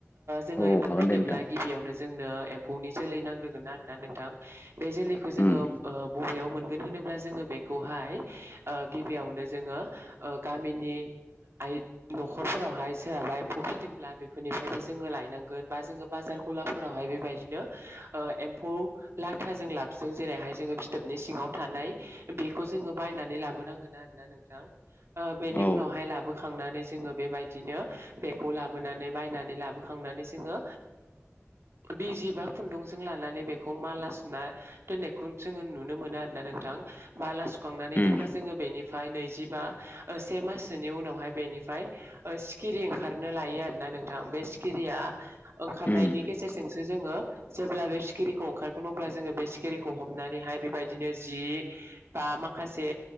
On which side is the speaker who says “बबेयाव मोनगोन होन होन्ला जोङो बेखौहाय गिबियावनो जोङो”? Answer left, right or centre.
Right